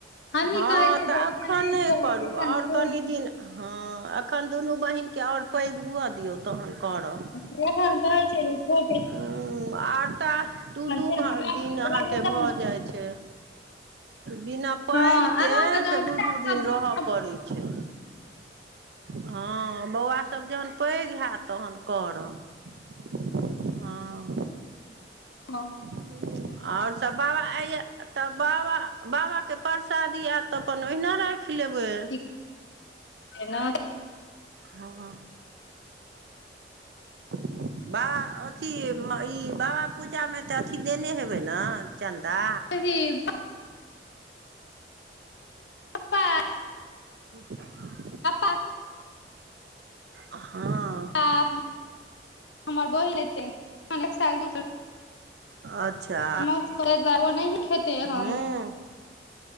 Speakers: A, on the left (about 85°); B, on the right (about 70°).
A: हमही
B: हँ
A: कहै छियै
B: तऽ
A: जे
B: एखन नहि
A: करै
B: करू
A: एखन
B: आओर
A: छोट
B: कनि दिन हँ आ तखन दुनू बहिनके आओर पैघ हुअ दियौ तहन करब
A: प घ त छट <unintelligible>
B: हूँ आर तऽ दू दूग
A: छै आगाँ
B: दिन अहाँके
A: बढ़बै।
B: भऽ जाइ छै। बिना पानिके
A: हँ आगाँके जहन
B: से दू
A: बच्चा
B: दू दिन
A: सब देख
B: रहय
A: कऽ
B: पड़ैत छै। हँ बौआ सभ जहन पैघ हयत तहन करब <unintelligible> हँ
A: हँ
B: <unintelligible> आओर सभ बाबा आइये त बाबा बाबाके परसादी आयत तऽ अपन ओहिना राखि लेबै।
A: <unintelligible> केना
B: हँ बाबा अथी ई बाबा पूजामे तऽ अथी देने हेबै ने चन्दा?
A: <unintelligible> पप्पा
B: ह
A: पप्पा
B: हँ।
A: आब हमर बहिन एतै एखन एक साल दु
B: अच्छा।
A: मास करै दुवारे ओ नहिये खेतेय एहन।
B: हूँ